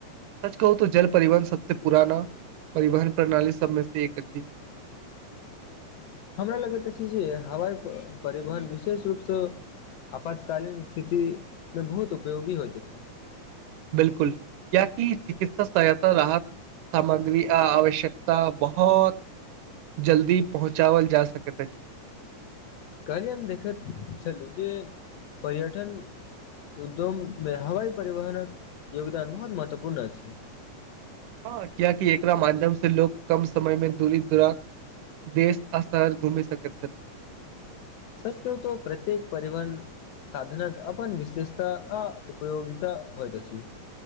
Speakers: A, on the right; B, on the left.
A: सच कहू त जल परिवहन सबसे पुराना परिवहन प्रणाली सबमे से एक अछि।
B: हमरा लगैत अछि जे हवाई परिवहन विशेष रूपसँ आपातकालीन स्थितिमे बहुत उपयोगी होइत अछि।
A: बिलकुल कियकि चिकित्सा सहायता राहत सामग्री आ आवश्यकता बहुत जल्दी पहुँचावल जा सकैत अछि।
B: कलहि हम देखैत छलहुँ जे पर्यटन उद्यममे हवाई परिवहनक योगदान बहुत महत्वपूर्ण अछि।
A: हँ कियकि एकरा माध्यम से लोक कम समय मे दूरी दूरा देश आ शहर घूमि सकैत छथि।
B: सच कहु त प्रत्येक परिवहन साधनक अपन विशेषता आ उपयोगिता होइत अछि।